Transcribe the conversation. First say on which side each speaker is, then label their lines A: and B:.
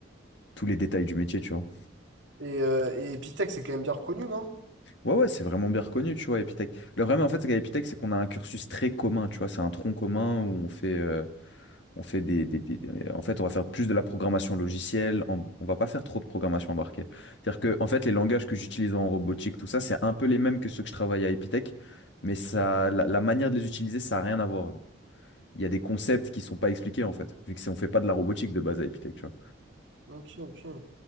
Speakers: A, on the left (about 65°); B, on the right (about 75°).
A: tous les détails du métier, tu vois.
B: Et, euh, et Epitech, c'est quand même bien reconnu, non?
A: Ouais, ouais, c'est vraiment bien reconnu, tu vois, Epitech. Le problème, en fait, c'est qu'à Epitech, c'est qu'on a un cursus très commun, tu vois, c'est un tronc commun où on fait, euh, on fait des, des- des- des- En fait, on va faire plus de la programmation logicielle, on, on va pas faire trop de programmation embarquée. C'est-à-dire que, en fait, les langages que j'utilise en robotique, tout ça, c'est un peu les mêmes que ceux que je travaille à Epitech, mais ça,
B: Ok,
A: la, la manière de les utiliser, ça a rien à voir. genre. Il y a des concepts qui sont pas expliqués, en fait, vu que c'est- on fait pas de la robotique de base à Epitech, tu vois.
B: ok. ok.